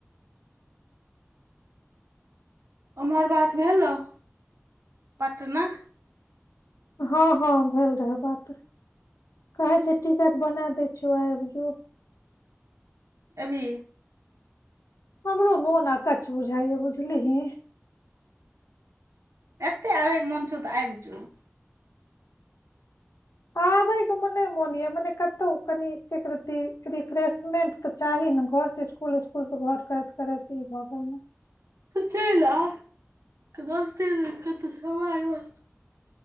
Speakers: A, on the right; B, on the left.
A: अमर बात भेलहु पटना
B: हँ हँ भेल रहे बात कहै छै टिकट बना दै छियो आय जो
A: ऐभी
B: हमरो मोन अकच बुझाइ बुझलि ह
A: एतेक आबेए के मन छो तऽ आबजू
B: हँ मोन य मने कतहु कनी एक र रिफ्रेशमेंट तऽ चाही ने घर इसकुल उसकुल तऽ घर करैत करैत भगैल मे
A: चलि आउ दोस्त त